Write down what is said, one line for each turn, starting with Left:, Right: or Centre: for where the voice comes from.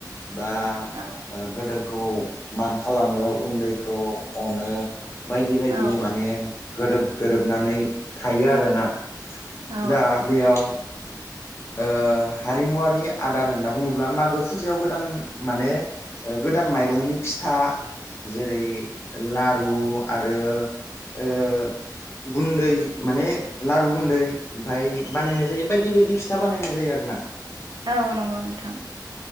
Left: बा ओ
Right: औ
Left: गोदोर खौ मान खालामो उन्दै खौ अनो बायदि बायदि
Right: औ
Left: माने गोरोब नानै थायो आरोना
Right: औ
Left: दा बेयाव ओ हारिमुवारि आदार होनना बुङोब्ला मागो फुजायाव गोदान माने ओ गोदान माइरंनि फिथा जेरै लारु आरो ओ गुन्दै माने लारु गुन्दै ओमफाय बानायनाय जायो बायदि बायदि फिथा बानायनाय जायो आरो ना।
Right: औ नंगौ नोंथां।